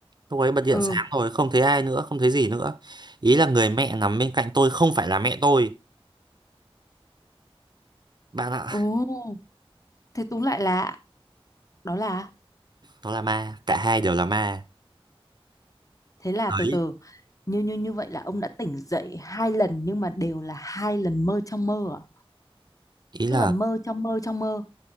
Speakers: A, on the right (about 45°); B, on the left (about 35°).
A: lúc ấy bật điện
B: ừ
A: sáng rồi không thấy ai nữa không thấy gì nữa ý là người mẹ nằm bên cạnh tôi không phải là mẹ tôi bạn ạ
B: ồ thế túm lại là đó là
A: nó là ma cả hai đều là ma
B: thế là
A: đấy
B: từ từ như như như vậy là ông đã tỉnh dậy hai lần nhưng mà đều là hai lần mơ trong mơ à
A: ý là
B: tức là mơ trong mơ trong mơ